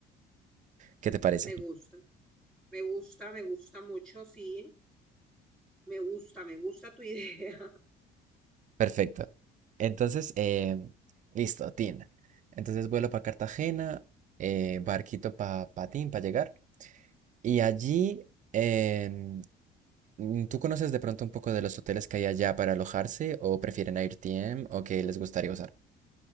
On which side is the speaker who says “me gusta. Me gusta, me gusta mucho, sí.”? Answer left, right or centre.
Centre